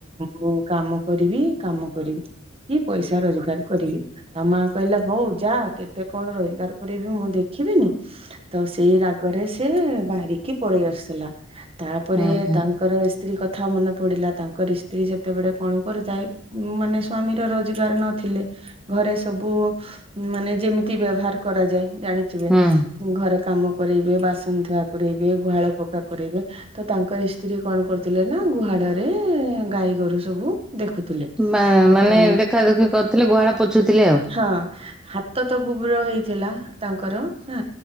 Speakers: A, on the right; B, in the centre.
A: ମୁଁ କାମ କରିବି କାମ କରିବି କି ପଇସା ରୋଜଗାର କରିବି ତା ମା କହିଲା ହଉ ଯା କେତେ କଣ ରୋଜଗାର କରିବି ମୁଁ ଦେଖିବିନି ତ ସେଇ ରାଗରେ ସେ ବାହାରିକି ପଳେଇ ଆସୁଥିଲା ତାପରେ
B: ହୁଁ ହୁଁ
A: ତାଙ୍କର ସେ ସ୍ତ୍ରୀ କଥା ମନେ ପଡ଼ିଲା ତାଙ୍କର ସ୍ତ୍ରୀ ସେତେବେଳେ କଣ କରୁଥାଏ ମାନେ ସ୍ଵାମୀର ରୋଜଗାର ନଥିଲେ ଘରେ ସବୁ ମାନେ ଯେମିତି ବ୍ୟବହାର କରାଯାଏ ଜାଣିଥିବେ
B: ହୁଁ
A: ଘରେ କାମ କରେଇବେ ବାସନଧୁଆ କରେଇବେ ଗୁହାଳ ପକା କରେଇବେ ତ ତାଙ୍କର ସ୍ତ୍ରୀ କଣ କରୁଥିଲେ ନା ଗୁହାଳରେ ଗାଈ ଗୋରୁ ସବୁ ଦେଖୁଥିଲେ।
B: ନାଁ ମାନେ
A: ତ
B: ଦେଖାଦୁଖି କରୁଥିଲେ ଗୁହାଳ ପୋଛୁଥିଲେ ଆଉ।
A: ହଁ ହାତ ତ ଗୁବର ହେଇଥିଲା ତାଙ୍କର ହୁଁ।